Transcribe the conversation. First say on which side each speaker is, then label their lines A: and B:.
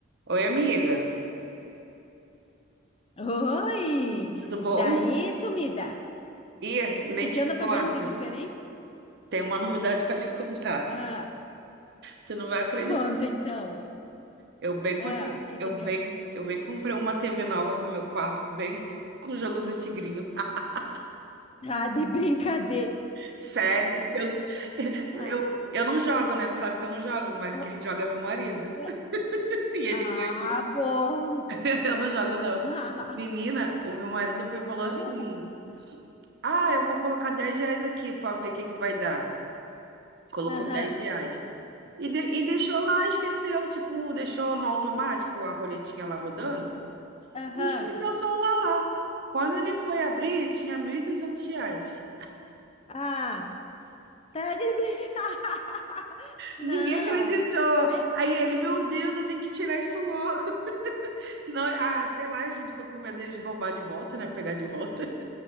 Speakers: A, on the right; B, on the left.
A: Oi, amiga,
B: Oi!
A: tudo bom?
B: Daí, sumida!
A: Ih, nem
B: O que que
A: te
B: anda
A: conto.
B: fazendo de diferente?
A: Tem uma novidade para te contar.
B: Ah,
A: Tu não vai acreditar.
B: conta então.
A: Eu bem consegui,
B: Ah, o que
A: eu
B: que deu?
A: bem, eu bem comprei uma TV nova pro meu quarto, bem com o jogo do Tigrinho. <laughs>
B: Ah, de brincadeira!
A: Sério, eu,
B: Ah,
A: eu, eu não jogo, né? Tu sabe que eu não jogo, mas
B: oh,
A: quem joga é meu marido.
B: é-
A: <laughs> E ele
B: ah,
A: ganha,
B: bom!
A: <laughs> eu não jogo, não.
B: <laughs>
A: Menina,
B: Ah,
A: o meu marido foi e falou
B: sério?
A: assim: Ah, eu vou colocar 10 reais aqui para ver o que que vai dar. Colocou
B: Aham,
A: 10 reais. E, de- e deixou lá, esqueceu, tipo, deixou no automático a roletinha lá rodando
B: aham.
A: e esqueceu o celular lá. Quando ele foi abrir, tinha 1.200 reais.
B: Ah, tá de brincadeira! <laughs> Não!
A: Ninguém acreditou.
B: Meu,
A: Aí ele, meu Deus, eu tenho que tirar isso logo. <laughs> Senão, ah, sei lá, a gente ficou com medo de roubar de volta, né? Pegar de volta.